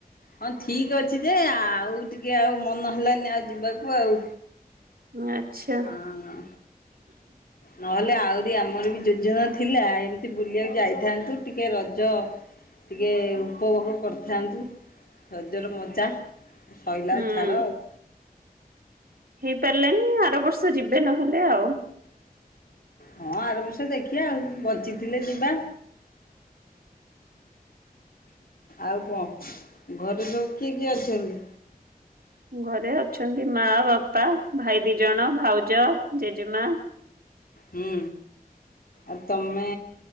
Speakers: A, on the left; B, on the right.
A: ହଁ, ଥିକି ଅଛି ଯେ, ଆଉ ଟିକେ ଆଉ ମନ ହେଲାନି ଆଉ ଯିବାକୁ ଆଉ
B: ଆଚ୍ଛା
A: ହଁ ନହେଲେ ଆହୁରି ଆମର ବି ଯୋଜନା ଥିଲା, ଏମିତି ବୁଲିବାକୁ ଯାଇଥାନ୍ତୁ ଟିକେ ରଜ ଟିକେ ଉମ୍ ଉପଭୋଗ କରିଥାନ୍ତୁ ରଜର ମଜା ସଇଲା
B: ହୁଁ।
A: ଛାଡ଼ ଆଉ।
B: ହେଇପାରିଲାନି ଆର ବର୍ଷ ଯିବେ ନହେଲେ ଆଉ
A: ହଁ ଆରବର୍ଷ ଦେଖିବା ଆଉ ବଞ୍ଚିଥିଲେ ଯିବା। ଆଉ କଣ? ଘରେ ସବୁ କିଏ କିଏ ଅଛନ୍ତି?
B: ଘରେଅଛନ୍ତିମା, ବାପା, ଭାଇଦୁଇଜଣ, ଭାଉଜ, ଜେଜେମ-
A: ହୁଁ ଆଉ ତମେ